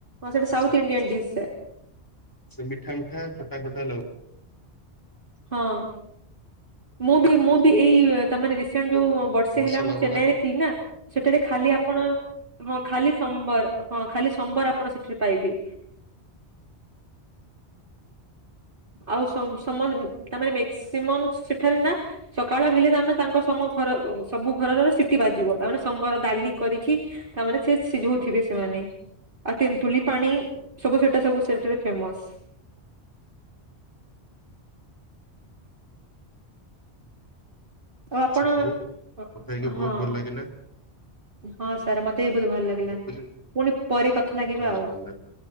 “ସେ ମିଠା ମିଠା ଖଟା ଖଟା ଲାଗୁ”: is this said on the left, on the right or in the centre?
Left